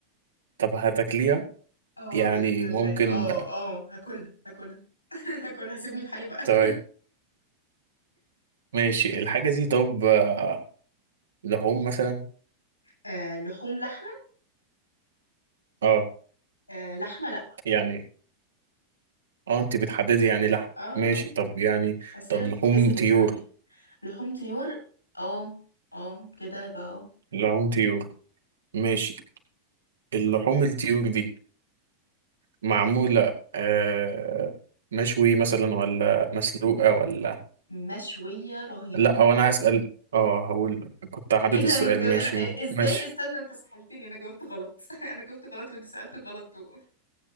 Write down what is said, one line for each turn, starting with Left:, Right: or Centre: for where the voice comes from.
Right: طب هتاكليها
Left: اه
Right: يعني
Left: بإذن الله
Right: ممكن
Left: اه اه هاكلها هاكلها <laughs> هاكلها سيبني في حالي بقى <laughs>
Right: طيب ماشي الحاجة دي طب آه، لحوم مثلا
Left: آه لحوم لحمة
Right: اه
Left: آه لحمة لأ
Right: يعني اه انت بتحددي يعني لحم
Left: اه
Right: ماشي
Left: اه
Right: طب يعني
Left: أسئلة
Right: طب لحوم
Left: بتتحسب
Right: طيور
Left: يا صاحبي لحوم طيور اه اه كده يبقى اه
Right: لحوم طيور ماشي اللحوم الطيور دي معمولة آه مشوي مثلا ولا مسلوقة ولا
Left: مشوية رهيبة
Right: لا وانا هسأل اه هقول كنت هحدد
Left: ايه ده
Right: السؤال
Left: انا جاو...
Right: ماشي
Left: انا ازاي
Right: ماشي
Left: استنى انت سحلتني انا جاوبت غلط <laughs> انا جاوبت غلط وانت سألت غلط و...